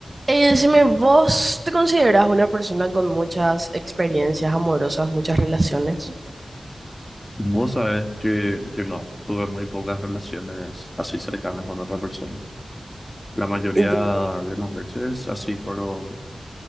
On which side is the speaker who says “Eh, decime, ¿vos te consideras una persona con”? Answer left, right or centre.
Right